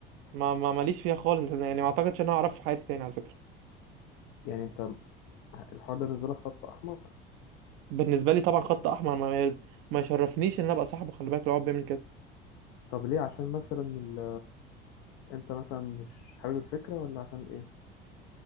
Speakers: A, on the right (about 50°); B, on the left (about 50°).
A: ما ما ماليش فيها خالص لأن يعني ما اعتقدش ان انا هعرفه في حياتي تاني على فكره
B: يعني انت الحوار ده بالنسبة لك خط احمر
A: بالنسبه لي طبعا خط احمر ما ما يشرفنيش ان انا ابقى صاحبه خلي بالك لو هو بيعمل كده
B: طب ليه عشان مثلا ال... انت مثلا مش حابب الفكرة ولا عشان ايه